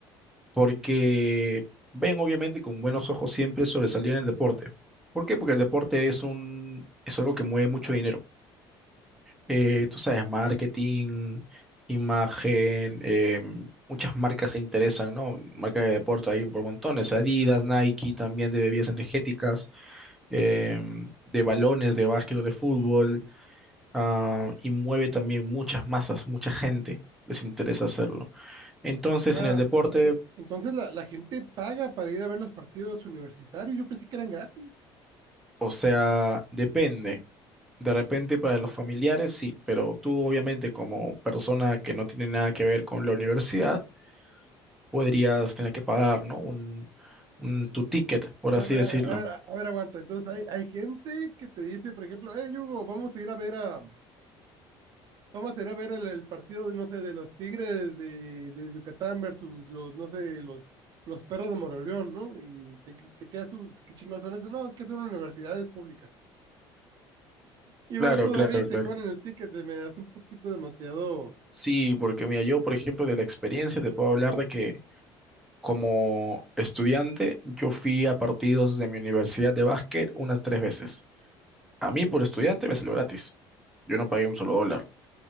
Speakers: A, in the centre; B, on the right.
A: porque ven obviamente con buenos ojos siempre sobresalir en el deporte. ¿Por qué? Porque el deporte es un, es algo que mueve mucho dinero. Eh, tú sabes, marketing, imagen, eh, muchas marcas se interesan, ¿no? Marcas de deporte hay por montones, Adidas, Nike, también de bebidas energéticas, em, de balones, de básquet o de fútbol ah, y mueve también muchas masas, mucha gente les interesa hacerlo. Entonces,
B: o sea,
A: en el deporte,
B: ento- entonces la, la gente paga para ir a ver los partidos universitarios. Yo pensé que eran gratis.
A: o sea, depende. De repente para los familiares sí, pero tú obviamente como persona que no tiene nada que ver con la universidad, podrías tener que pagar, ¿no? Un, un- tu ticket, por
B: A
A: así
B: ver,
A: decirlo.
B: a ver, a ver, aguanta. Entonces hay, hay gente que te dice, por ejemplo, hey Hugo, vamos a ir a ver a, vamos a ir a ver el, el partido, no sé, de los Tigres de, de Yucatán versus los, no sé, los, los perros de Moroleón, ¿no? Y te, te quedas, "Uh, ¿qué chingados son eso? No, es que son universidades públicas. Y vas
A: Claro,
B: todavía
A: claro,
B: y te
A: claro.
B: cobran el ticket, se me hace un poquito demasiado.
A: Sí, porque mira, yo por ejemplo de la experiencia te puedo hablar de que como estudiante yo fui a partidos de mi universidad de básquet unas tres veces. A mí por estudiante me salió gratis. Yo no pagué un solo dólar.